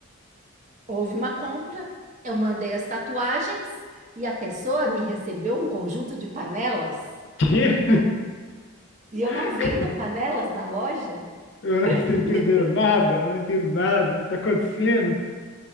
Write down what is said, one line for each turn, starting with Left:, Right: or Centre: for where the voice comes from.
Right: houve uma compra, eu mandei as tatuagens e a pessoa me recebeu um conjunto de panelas.
Left: Que?
Right: E eu
Left: <laughs>
Right: não vendo panelas na loja. <laughs>
Left: Eu não estou entendendo nada, eu não entendo nada. O que está acontecendo?